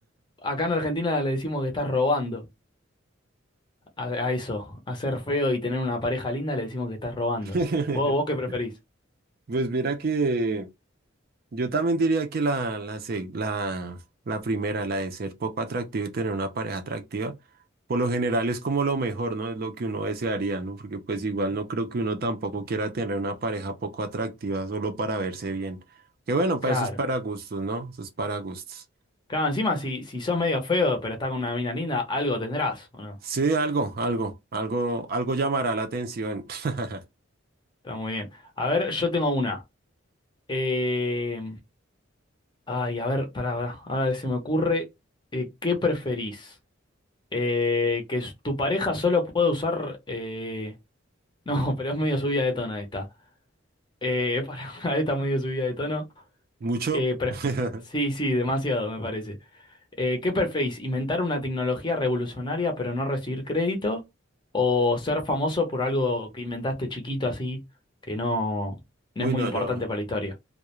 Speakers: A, on the left (about 20°); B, on the right (about 45°).
A: acá en Argentina le decimos que estás robando a, a eso, a ser feo y tener una pareja linda le decimos que estás robando.
B: <laughs>
A: ¿Vos, vos qué preferís?
B: Pues mira que yo también diría que la, la, se- la, la primera, la de ser poco atractivo y tener una pareja atractiva, por lo general es como lo mejor, ¿no? Es lo que uno desearía, ¿no? Porque pues igual no creo que uno tampoco quiera tener una pareja poco atractiva solo para verse bien. Que bueno, para
A: Claro.
B: eso es para gustos, ¿no? Eso es para gustos.
A: Claro, encima si, si sos medio feo pero estás con una mina linda, algo tendrás, ¿o no?
B: Sí, algo, algo, algo, algo llamará la atención. <laughs>
A: Está muy bien. A ver, yo tengo una. Eh... Ay, a ver, pará, pará. Ahora se me ocurre, eh, ¿qué preferís? Eh, ¿que s- tu pareja solo pueda usar... eh, No, <laughs> pero es medio subida de tono esta. Eh, <laughs> pará, esta es medio subida de tono.
B: ¿Mucho?
A: que pref-
B: <laughs>
A: Sí, sí, demasiado me parece. Eh, ¿qué preferís? ¿Inventar una tecnología revolucionaria pero no recibir crédito? ¿O ser famoso por algo que inventaste chiquito así, que no, no
B: Uy,
A: es muy
B: no,
A: importante
B: yo.
A: para la historia?